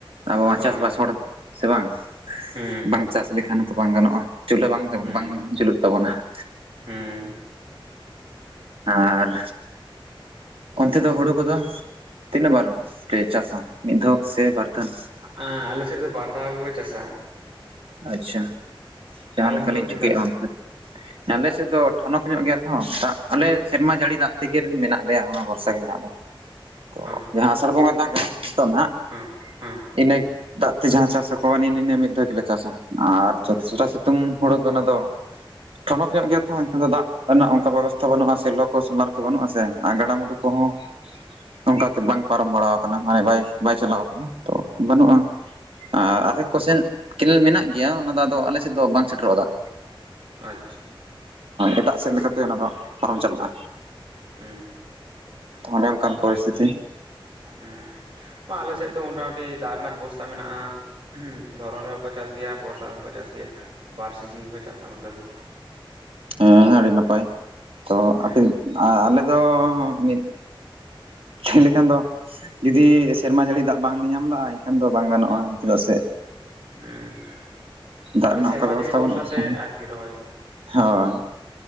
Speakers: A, on the right (about 85°); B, on the right (about 65°).
A: ᱟᱵᱚ ᱢᱟ
B: ᱦᱳᱭ
A: ᱪᱟᱥᱵᱟᱥ ᱦᱚᱲ ᱥᱮ ᱵᱟᱝ,
B: ᱦᱩᱸ ᱦᱩᱸ
A: ᱵᱟᱝ ᱪᱟᱥ ᱞᱮᱠᱷᱟᱱ ᱦᱚᱸᱛᱚ ᱵᱟᱝ ᱜᱟᱱᱚᱜᱼᱟ ᱪᱩᱞᱦᱟᱹ ᱵᱟᱝ ᱡᱚᱢ
B: ᱦᱩᱸ
A: ᱵᱟᱝ ᱡᱩᱞᱩᱜ ᱛᱟᱵᱚᱱᱟ ᱾
B: ᱦᱩᱸ ᱾
A: ᱟᱨ ᱚᱱᱛᱮ ᱫᱚ ᱦᱩᱲᱩ ᱠᱚᱫᱚ ᱛᱤᱱᱟᱹᱜ ᱵᱟᱨ ᱯᱮ ᱪᱟᱥᱟ ᱢᱤᱫ ᱫᱷᱟᱹᱣ ᱥᱮ ᱵᱟᱨ ᱫᱷᱟᱹᱣ?
B: ᱟᱸ ᱟᱞᱮ ᱥᱮᱫ ᱫᱚ ᱵᱟᱨ ᱫᱷᱟᱣ ᱜᱮᱠᱚ ᱪᱟᱥᱟ ᱾
A: ᱟᱪᱪᱷᱟ ᱡᱟᱦᱟᱸ
B: ᱟᱨ ᱚᱱᱛᱮ
A: ᱞᱮᱠᱟᱞᱤᱧ
B: ᱫᱚ ᱛᱤᱱ
A: ᱴᱷᱤᱠᱟᱹᱭᱮᱜᱼᱟ
B: ᱫᱷᱟᱣ ᱠᱚ ᱪᱟᱥᱟ
A: ᱚᱱᱛᱮ ᱟᱞᱮᱥᱮᱫ ᱫᱚ ᱴᱷᱚᱱᱚᱠ ᱧᱚᱜ ᱜᱮᱭᱟ ᱛᱚ ᱟᱞᱮ ᱥᱮᱫ ᱫᱚ ᱴᱷᱚᱱᱚᱠ ᱧᱚᱜ ᱜᱮᱭᱟ ᱨᱮᱦᱚᱸ ᱫᱟᱜᱽ ᱟᱞᱮ ᱥᱮᱨᱢᱟ ᱡᱟᱹᱲᱤ ᱫᱟᱜᱽ ᱛᱮᱜᱮ ᱢᱮᱱᱟᱜ ᱞᱮᱭᱟ ᱚᱱᱟ ᱵᱚᱨᱥᱟ ᱜᱮ ᱢᱮᱱᱟᱜ ᱞᱮᱭᱟ ᱾ ᱛᱚ
B: ᱦᱮᱸ
A: ᱡᱟᱦᱟᱸ ᱟᱥᱟᱲ ᱵᱚᱸᱜᱟ ᱫᱟᱜᱟᱭ ᱱᱤᱛᱚᱜ ᱱᱟᱦᱟᱸᱜ,
B: ᱦᱮᱸ ᱦᱮᱸ
A: ᱤᱱᱟᱹ ᱫᱟᱜᱽ ᱛᱮ ᱡᱟᱦᱟᱸ ᱪᱟᱥᱟᱠᱚᱣᱟ ᱮᱱ ᱤᱧᱟ ᱢᱤᱫ ᱫᱷᱟᱹᱣ ᱛᱮᱞᱮ ᱪᱟᱥᱟ ᱟᱨ ᱡᱚᱛᱚᱥᱚᱨᱟ
B: ᱟᱪᱪᱷᱟ
A: ᱥᱤᱛᱩᱝ ᱦᱩᱲᱩ ᱫᱚ ᱚᱱᱟ ᱫᱚ ᱴᱷᱚᱱᱚᱠ ᱧᱚᱜ ᱜᱮᱭᱟ ᱛᱚ ᱮᱱᱠᱷᱟᱱ ᱫᱚ ᱫᱟᱜ ᱨᱮᱱᱟᱜ ᱚᱱᱠᱟ ᱵᱮᱵᱚᱥᱛᱷᱟ ᱵᱟᱹᱱᱩᱜᱼᱟ ᱥᱮ ᱞᱚ ᱠᱚ ᱥᱚᱞᱟᱨ ᱠᱚ ᱵᱟᱹᱱᱩᱜᱼᱟ ᱥᱮ, ᱟᱨ ᱜᱟᱰᱟᱼᱢᱩᱸᱰᱩ ᱠᱚᱦᱚᱸ ᱚᱝᱠᱟᱛᱮ ᱵᱟᱝ ᱯᱟᱨᱚᱢ ᱵᱟᱲᱟ ᱟᱠᱟᱱᱟ ᱢᱟᱱᱮ ᱵᱟᱭ ᱵᱟᱭ ᱪᱟᱞᱟᱣ ᱟᱠᱟᱱᱟ ᱛᱚ ᱵᱟᱹᱱᱩᱜᱼᱟ ᱟᱨ
B: ᱦᱮᱸ
A: ᱟᱫᱷᱮᱠ ᱠᱚᱥᱮᱱ, ᱠᱮᱱᱮᱞ ᱢᱮᱱᱟᱜ ᱜᱮᱭᱟ ᱚᱱᱟ ᱫᱚ ᱟᱫᱚ ᱟᱞᱮ ᱥᱮᱫ ᱫᱚ ᱵᱟᱝ ᱥᱮᱴᱮᱨᱚᱜᱼᱟ ᱫᱟᱜᱽ᱾
B: ᱟᱪᱪᱷᱟ,
A: ᱮᱴᱟᱜ ᱥᱮᱜ ᱞᱮᱠᱟᱛᱮ ᱚᱱᱟ ᱫᱚ ᱯᱟᱨᱚᱢ ᱪᱟᱞᱟᱜᱼᱟ᱾
B: ᱦᱩᱸ
A: ᱚᱱᱰᱮ ᱚᱱᱠᱟᱱ ᱯᱚᱨᱤᱥᱛᱷᱤᱛᱤ
B: ᱦᱩᱸ ᱵᱟᱝ ᱟᱞᱮ ᱥᱮᱜ ᱫᱚ ᱢᱚᱴᱟᱢᱩᱴᱤ ᱫᱟᱜᱽ ᱨᱮᱱᱟᱜ ᱵᱮᱵᱚᱥᱛᱟ ᱢᱮᱱᱟᱜᱼᱟ᱾ ᱦᱩᱸ ᱫᱷᱚᱨᱚ ᱨᱮᱦᱚᱸ ᱠᱚ ᱪᱟᱥ ᱜᱮᱭᱟ ᱵᱚᱨᱥᱟ ᱨᱮᱦᱚᱸ ᱠᱚ ᱪᱟᱥ ᱜᱮᱭᱟ, ᱵᱟᱨ ᱥᱤᱡᱽᱱᱤ ᱜᱮ ᱠᱚ ᱪᱟᱥᱼᱟ ᱱᱚᱛᱮ ᱫᱚ,
A: ᱦᱮᱸ ᱦᱮᱸ ᱟᱹᱰᱤ ᱱᱟᱯᱟᱭ ᱛᱚ
B: ᱦᱮᱸ
A: ᱟᱯᱮ ᱟᱞᱮ ᱫᱚ ᱢᱤᱫ ᱪᱷᱮᱱ ᱞᱮᱠᱟᱱ ᱫᱚ ᱡᱩᱫᱤ ᱥᱮᱨᱢᱟ ᱡᱟᱹᱲᱤ ᱫᱟᱜᱽ ᱵᱟᱝᱞᱮ ᱧᱟᱢ ᱞᱮᱜᱼᱟ ᱮᱱᱠᱷᱟᱱ ᱫᱚ ᱵᱟᱝ ᱜᱟᱱᱚᱜᱼᱟ ᱪᱮᱫᱟᱜ ᱥᱮ,
B: ᱦᱮᱸ
A: ᱫᱟᱜᱽ
B: ᱢᱟᱱᱮ
A: ᱨᱮᱱᱟᱜ
B: ᱥᱮᱨᱢᱟ
A: ᱚᱱᱠᱟ ᱵᱮᱵᱚᱥᱛᱷᱟ
B: ᱡᱟᱹᱲᱤ ᱵᱷᱚᱨᱥᱟ
A: ᱵᱟᱹᱱᱩᱜᱼᱟ ᱥᱮ
B: ᱛᱮ ᱟᱨᱠᱤ ᱨᱚᱦᱚᱭ ᱫᱚ
A: ᱦᱳᱭ